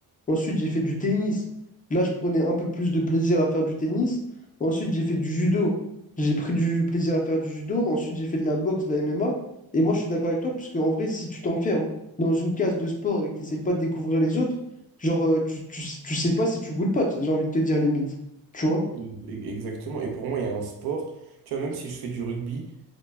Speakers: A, on the left; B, on the right.
A: Ensuite, j'ai fait du tennis. Là, je prenais un peu plus de plaisir à faire du tennis. Ensuite, j'ai fait du judo. J'ai pris du plaisir à faire du judo. Ensuite, j'ai fait de la boxe, de la MMA. Et moi, je suis d'accord avec toi, parce qu'en vrai, si tu t'enfermes dans une case de sport et que tu n'essayes pas de découvrir les autres, genre, euh, tu, tu, tu sais pas si tu goûtes pas, j'ai envie de te dire limite. Tu vois?
B: E- Exactement. Et pour moi, il y a un sport, tu vois, même si je fais du rugby.